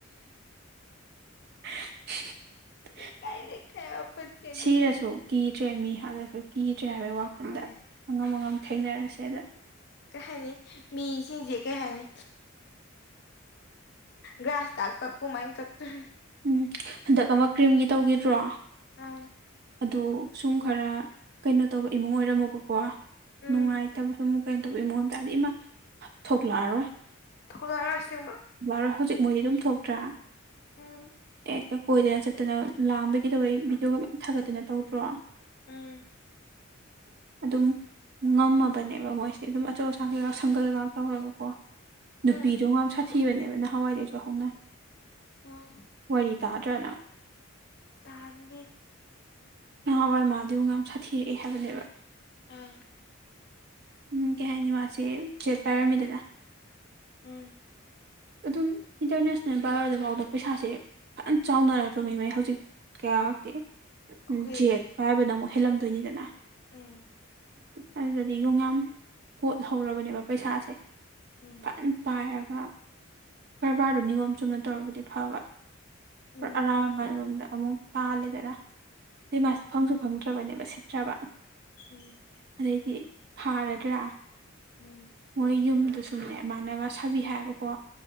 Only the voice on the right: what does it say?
<inaudible>
ꯁꯤꯔꯥꯁꯨ ꯀꯤꯗ꯭ꯔꯦ ꯃꯤ ꯍꯥꯜꯂꯁꯨ ꯀꯤꯗ꯭ꯔꯦ ꯍꯥꯏꯕ ꯋꯥꯈꯜꯗ
ꯑꯉꯝ-ꯑꯉꯝ ꯊꯦꯡꯅꯔꯁꯦꯗ
ꯎꯝ ꯍꯟꯗꯛ ꯑꯃ ꯀ꯭ꯔꯤꯝꯒꯤ ꯇꯧꯒꯤꯗ꯭ꯔꯣ
ꯑꯗꯨꯗ ꯁꯨꯝ ꯈꯔ ꯀꯩꯅꯣ ꯇꯧꯕ ꯏꯃꯨꯡ ꯑꯣꯏꯔꯝꯃꯣꯕꯀꯣ
ꯅꯨꯡꯉꯥꯏꯇꯕ ꯁꯨꯝ ꯀꯩꯅꯣ ꯇꯧꯕꯤ ꯏꯃꯉꯣꯟ ꯇꯥꯔꯗꯤ ꯏꯃ ꯊꯣꯛꯂꯛꯑꯔꯣꯏ
ꯊꯣꯛꯂꯛꯑꯔꯣꯏ ꯍꯧꯖꯤꯛ ꯃꯣꯏꯗꯤ ꯑꯗꯨꯝ ꯊꯣꯛꯇ꯭ꯔꯥ
ꯍꯦꯛꯇ ꯀꯣꯏꯗꯅ ꯆꯠꯇꯅ ꯂꯥꯡꯕꯒꯤꯗꯧꯕꯩ ꯚꯗꯤꯑꯣꯒ ꯊꯥꯒꯠꯇꯅ ꯇꯧꯗ꯭ꯔꯣ
<inaudible> ꯑꯗꯨꯝ ꯉꯝꯃꯕꯅꯦꯕ ꯃꯣꯏꯁꯦ ꯑꯗꯨꯝ ꯑꯆꯧ ꯑꯁꯥ ꯀꯩꯒꯥꯛ ꯁꯪꯒꯜꯒꯥꯛ ꯇꯧꯔꯕꯀꯣ ꯅꯨꯄꯤꯗꯣ
ꯉꯥ ꯁꯥꯊꯤꯕꯅꯦꯕ ꯅꯍꯥꯟꯋꯥꯏꯗꯒꯤꯩꯁꯨ ꯍꯧꯅ
ꯋꯥꯔꯤ ꯇꯥꯗ꯭ꯔꯅ
ꯉꯍꯥꯟꯋꯥꯏ ꯃꯥꯗꯨ ꯌꯥꯝ ꯁꯥꯊꯤꯔꯛꯑꯦ ꯍꯥꯏꯕꯅꯦꯕ
ꯎꯝ ꯀꯩ ꯍꯥꯏꯅꯤ ꯃꯥꯁꯦ ꯁꯦꯠ ꯄꯥꯏꯔꯝꯃꯤꯗꯅ
ꯑꯗꯨꯝ ꯏꯟꯇꯔꯅꯦꯁꯅꯦꯜ ꯕꯔꯗꯐꯥꯎꯗ ꯄꯩꯁꯥꯁꯦ ꯐꯅ ꯆꯥꯎꯅꯔꯗ꯭ꯔꯕ
ꯃꯤ ꯃꯩ ꯍꯧꯖꯤꯛ ꯀꯌꯥꯇꯦ
ꯎ ꯦꯠ ꯄꯥꯏꯕꯅ ꯑꯃꯨꯛ ꯍꯦꯜꯂꯝꯗꯣꯏꯅꯤꯗꯅ
ꯑꯗꯨꯗꯗꯤ ꯌꯣꯡꯌꯥ ꯀꯣꯠꯍꯧꯔꯕꯅꯦꯕ ꯄꯩꯁꯥꯁꯦ
ꯐꯅ ꯄꯥꯏꯔꯒ ꯀꯔꯕꯥꯔꯗꯨ ꯅꯤꯌꯣꯝ ꯆꯨꯝꯅ ꯇꯧꯔꯕꯗꯤ ꯐꯕ
ꯄꯨꯔꯥ ꯑꯔꯥ ꯑꯃ ꯂꯣꯝꯗ ꯑꯃꯨꯛ ꯀꯥꯜꯂꯤꯗꯅ ꯁꯤ
ꯃꯥꯁꯦ ꯐꯪꯁꯨ ꯐꯪꯗ꯭ꯔꯕꯅꯦꯕ ꯁꯤꯠꯇ꯭ꯔꯕ
ꯑꯗꯩꯗꯤ ꯐꯔꯗ꯭ꯔꯥ
ꯃꯣꯏ ꯌꯨꯝꯗꯨ ꯁꯨꯝꯅꯦꯃꯥꯟꯅꯒ ꯁꯥꯕꯤ ꯍꯥꯏꯕꯀꯣ